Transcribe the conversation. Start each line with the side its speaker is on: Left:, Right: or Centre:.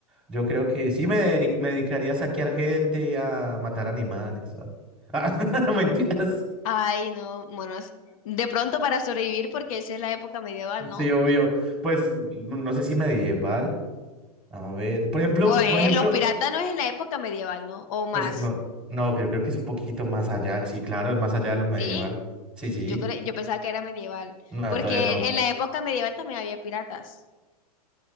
Centre: Yo creo que sí me, dedic- me dedicaría a saquear gente, a matar animales. a- <laughs> Ah, mentiras.
Left: Ay, no, bueno, es- de pronto para sobrevivir porque esa es la época medieval, ¿no?
Centre: Sí, obvio. Pues no no sé si medieval. A ver, por ejemplo,
Left: Pues
Centre: por ejemplo,
Left: los piratas no es en la época medieval, ¿no? O más.
Centre: pues no, no, yo creo que es un poquito más allá. Sí, claro, es más allá de lo medieval.
Left: ¿Sí?
Centre: Sí, sí.
Left: Yo cre- yo pensaba que era medieval,
Centre: No,
Left: porque
Centre: todavía no.
Left: en la época medieval también había piratas,